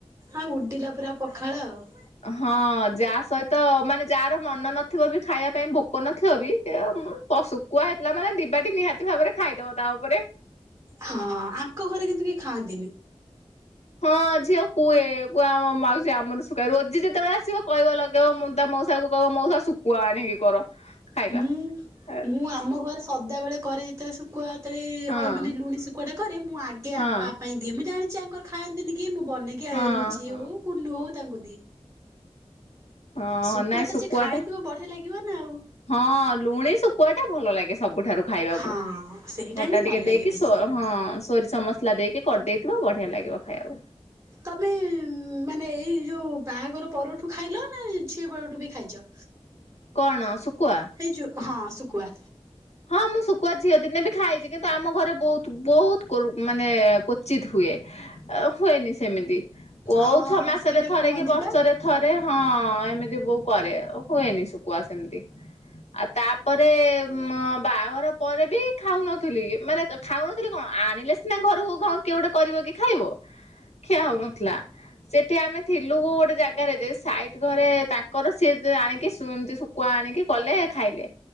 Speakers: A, on the right; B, on the left.
A: ଆଉ ଉଡ଼ିଲା ପୁରା ପଖାଳ ଆଉ।
B: ହଁ ଯା ସହିତ ମାନେ ଯାହାର ମନ ନଥିବ ବି ଖାଇବା ପାଇଁ ଭୋକ ନଥିବ ବି ସେ ପ ଶୁକୁଆ ହେଇଥିଲା ମାନେ ଦିବାଟି ନିହାତି ଭାବରେ ଖାଇଦବ ତା ଉପରେ।
A: ହଁ ଆଙ୍କ ଘରେ କିନ୍ତୁ କେହି ଖାଆନ୍ତିନି।
B: ହଁ ଝିଅ କୁଏ କୁହ ଆମ ମାଉସୀ ଆମର ଶୁଖୁଆ ରୋଜି ଯେତେବେଳେ ଆସିବ କହିବଲ। ଯୋଉ ତା ମଉସାକୁ କହିବ ମଉସା ଶୁଖୁଆ ଆଣିକି କର। ଖାଇବା।
A: ମୁଁ
B: ହେଲା
A: ମୁଁ ଆମ ଘରେ ସଦାବେଳେ କରେ ଯେତେବେଳେ ଶୁକୁଆ।
B: ହଁ
A: ମାନେ ଲୁଣି ଶୁଖୁଟାକରେ ମୁଁ ଆଗେ
B: ହଁ
A: ଆ ପାଇଁ ଦିଏ ମୁଁ ଜାଣିଛି ଆଙ୍କର ଖାଆନ୍ତିନି କି ମୁଁ ବନେଇକି ଆଉ
B: ହଁ
A: ରୋଜି
B: ହଁ।
A: ହଉ କୁଲୁ ହଉ ତାଙ୍କୁ ଦିଏ।
B: ହଁ
A: ଶୁକୁଆଟା
B: ନାଇଁ ଶୁଖୁଆ
A: ଯେ ଖାଇଥିବ
B: ଟା
A: ବଢ଼ିଆ ଲାଗିବ ନା ଆଉ।
B: ହଁ ଲୁଣି ଶୁଖୁଆଟା ଭଲ ଲାଗେ ସବୁଠାରୁ। ଖାଇବାକୁ
A: ହଁ ସେଇଟା
B: ହଟା
A: ହିଁ ଭଲ
B: ଟିକେ
A: ଲାଗେ
B: ଦେଇକି
A: ବେଶୀ।
B: ସୋ ହଁ। ସୋରିଷ ମସ୍ଲା ଦେଇକି କରିଦେଇଥିବ ବଢ଼ିଆ ଲାଗିବ ଖାଇବାକୁ।
A: ତମେ ମାନେ ଏଇ ଯୋଉ ବାହାଘର ପରଠୁ ଖାଇଲ ନା ଝିଅ ବେଳଠୁ ବି ଖାଇଚ।
B: କଣ ଶୁକୁଆ।
A: ହେଇ ଯୋଉ ହଁ ଶୁକୁଆ।
B: ହଁ ମୁଁ ଶୁକୁଆ ଝିଅ ଦିନେ ବି ଖାଇଚି କିନ୍ତୁ ଆମ ଘରେ ବୋହୁତ୍ ବୋହୁତ୍ ମାନେ କୋଚିତ୍ ହୁଏ। ହୁଏନି ସେମିତି କୋଉ
A: ହଁ
B: ଛଅ ମାସରେ
A: ସେଇଟା
B: ଥରେ
A: କୁହନ୍ତି
B: କି ବର୍ଷରେ।
A: ପା।
B: ଥରେ ହଁ ଏମିତି ବୋଉ କରେ ହୁଏନି ଶୁକୁଆ ସେମ୍ତି। ଆଉ ତାପରେ ମ ବାହାଘର ପରେ ବି ଖାଉନଥିଲି ମାନେ ଖାଉନଥିଲି କଣ ଆଣିଲେ ସିନା ଘରକୁ ଖାଉ କିଏ ଗୋଟେ କରିବ କି ଖାଇବ ଖିଆ ହଉନଥିଲା। ସେଠି ଆମେ ଥିଲୁ ଗୋଟେ ଜାଗାରେ ଯେ ସାଇଟ ଘରେ ତାଙ୍କର ସିଏ ଆଣିକି ଶୁ ସୁ ଶୁକୁଆ ଆଣିକି କଲେ ଖାଇଲେ